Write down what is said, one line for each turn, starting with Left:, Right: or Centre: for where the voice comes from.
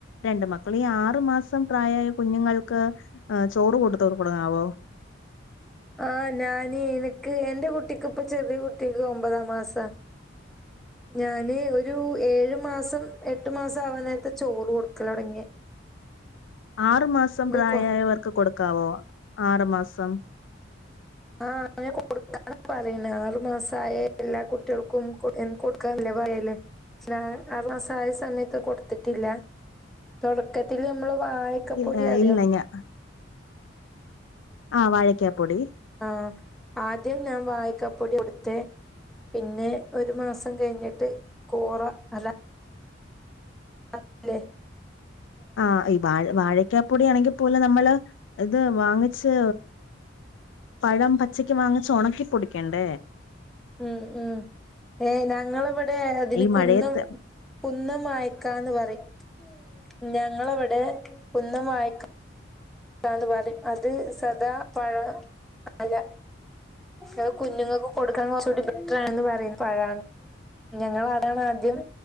Left: രണ്ട് മക്കള് ഈ ആറു മാസ <unintelligible> പ്രായായ കുഞ്ഞുങ്ങൾക്ക് ചോറ് കൊടുത്ത് <unintelligible>
Centre: ആ ഞാനീ എനക്ക് എന്റെ കുട്ടിക്കിപ്പൊ ചെറിയ കുട്ടിക്ക് ഒമ്പതാം മാസാ ഞാന് ഒരു ഏഴു മാസം എട്ട് മാസം ആവാൻ നേരത്ത് ചോറ് കൊടുക്കലൊടങ്ങിയേ
Left: ആറു മാസം പ്രായായവർക്ക്
Centre: കൊ
Left: കൊടുക്കാവോ ആറു മാസം
Centre: ആ അങ്ങനെ കൊടു <unintelligible> പറയണ് ആറു മാസയ എല്ലാ കുട്ടികൾക്കും <unintelligible> പറയല് <unintelligible> ആറു മസായ സമയത്ത് കൊടുത്തിട്ടില്ല തൊടക്കത്തില് നമ്മള് വായക്കപ്പൊടി
Left: ഇ
Centre: അറിയോ
Left: ഇല്ല ഞാ ആ വാഴയ്ക്കാപ്പൊടി
Centre: ആ ആദ്യം ഞാൻ വായിക്കാപ്പൊടി കൊടുത്തേ പിന്നെ, ഒരു, മാസം, കഴിഞ്ഞിട്ട്, കോറ, അല്ല അതെ.
Left: ആ, ഈ, വാഴ, വാഴയ്ക്ക പ്പൊടി ആണെങ്കിൽ പോലെ നമ്മള് ഇത് വാങ്ങിച്ച് പഴം പ <unintelligible> വങ്ങിച്ചൊണക്കിപ്പൊടിക്കണ്ടേ
Centre: ഉം ഉം ഏ, ഞങ്ങളവിടെ, അതിന്,
Left: ഈ
Centre: കുന്നം,
Left: മഴയത്ത്
Centre: കുന്നം, അയക്കാന്ന്, പറയും. ഞങ്ങളവിടെ, കുന്നം, വാഴയ്ക്ക താന്ന്, പറയും, അത്, സദാ, പഴം, അല്ല അ, കുഞ്ഞുങ്ങക്ക്, കൊടുക്കാൻ, കൊറച്ചുകൂടി, ബെറ്ററാണെന്ന്, പറയുന്നു, പഴം ഞങ്ങള, അതാണാദ്യം,